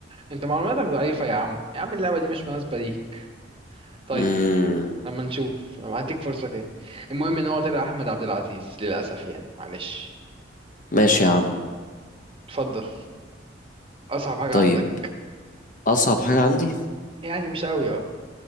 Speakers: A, on the right; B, on the left.
A: انت معلوماتك ضعيفة يا عم يا عم اللعبة دي مش مناسبة ليك طيب
B: امم
A: لما نشوف لما هديك فرصة تاني المهم ان هو طلع احمد عبد العزيز للاسف يعني معلش
B: ماشي يا عم
A: اتفضل اصعب حاجة
B: طيب
A: عندك
B: اصعب حاجة عندي
A: يعني مش قوي اه